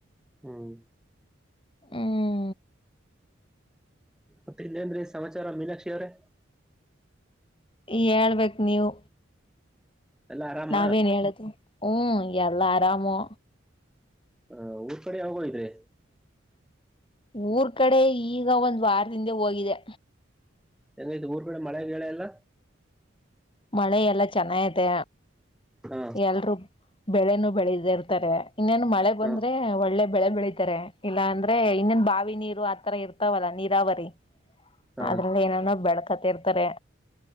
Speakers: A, in the centre; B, on the left.
A: ಹ್ಮ್
B: ಹ್ಮ್
A: ಮತ್ತೆ ಇನ್ನೇನ್ರೀ ಸಮಾಚಾರ ಮೀನಾಕ್ಷಿ ಅವ್ರೆ.
B: ಹೇಳ್ಬೇಕು ನೀವು
A: ಎಲ್ಲಾ ಆರಾಮ
B: ನಾವೇನ್ ಹೇಳುದು. ಹ್ಮ್ ಎಲ್ಲ ಆರಾಮು.
A: ಹ ಊರ್ ಕಡೆ ಯಾವಾಗ್ ಹೋಗಿದ್ರಿ.
B: ಊರ್ ಕಡೆ ಈಗ ಒಂದ್ ವಾರದಿಂದೆ ಹೋಗಿದೆ.
A: ಹೆಂಗ ಐತೆ ಊರ್ ಕಡೆ ಮಳೆ ಬೆಳೆ ಎಲ್ಲ.
B: ಮಳೆ ಎಲ್ಲ ಚೆನ್ನಾಗಿದೆ
A: ಹಾ
B: ಎಲ್ರು ಬೆಳೆನೂ ಬೆಳದೆ ಇರ್ತಾರೆ ಇನ್ನೇನು ಮಳೆ ಬಂದ್ರೆ
A: ಹಾ ಹಾ
B: ಒಳ್ಳೆ ಬೆಳೆ ಬೆಳಿತಾರೆ. ಇಲ್ಲ ಅಂದ್ರೆ ಇನ್ನೊನ್ ಬಾವಿ ನೀರು ಆತರ ಇರ್ತಾವಲ್ಲ ನೀರಾವರಿ.
A: ಹಾ
B: ಅದ್ರಲ್ಲಿ ಏನೇನೊ ಬೆಳ್ಕತ್ತ ಇರ್ತಾರೆ.